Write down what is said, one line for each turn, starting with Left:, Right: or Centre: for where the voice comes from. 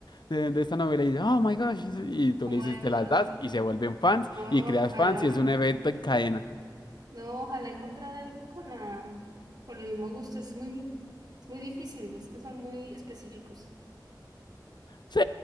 Left: De, de esta novela y dice, oh my gosh, y tú
Right: Oh
Left: le
Right: my
Left: dices,
Right: God,
Left: te las
Right: no,
Left: das y se vuelven fans
Right: No,
Left: y creas
Right: ojalá,
Left: fans y es un evento en cadena.
Right: no, ojalá encontrar a alguien con la, con el mismo gusto, es muy, es muy difícil, es que son muy específicos.
Left: Sí,